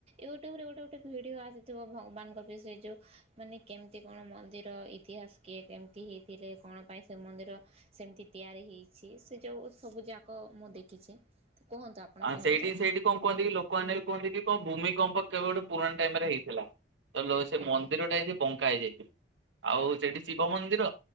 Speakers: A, on the right; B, on the right.
A: ୟୁଟ୍ୟୁବରେ ଗୋଟେ ଗୋଟେ ଭିଡ଼ିଓ ଆସିଥିବ ଭଗବାନଙ୍କ ବିଷୟ ଯେଉଁ ମାନେ କେମିତି କଣ ମନ୍ଦିର ଇତିହାସ କିଏ କେମିତି ହେଇଥିଲେ କଣ ପାଇଁ ସେ ମନ୍ଦିର ସେମିତି ତିଆରି ହେଇ ଅଛି ସେ ଯୋଉ ସବୁଯାକ ମୁଁ ଦେଖିଛି। ତ କୁହନ୍ତୁ ଆପଣ
B: ଆଁ
A: କୁହନ୍ତୁ
B: ସେଇଠି ସେଇଠି କଣ କୁହନ୍ତି କି ଲୋକମାନୋନ କହନ୍ତି କି କଣ ଭୂମି ମ୍ପ କେବେ ଗୋଟେ ପୁରୁଣା ଟାଇମ ରେ ହେଇଥିଲା। ତାହଲେ ସେ
A: ଆଜ୍ଞା
B: ମନ୍ଦିରଟା ହେଇଛି ବଙ୍କା ହେଇଯାଇଛି। ଆଉ ସେଠି ଶିବ ମନ୍ଦିର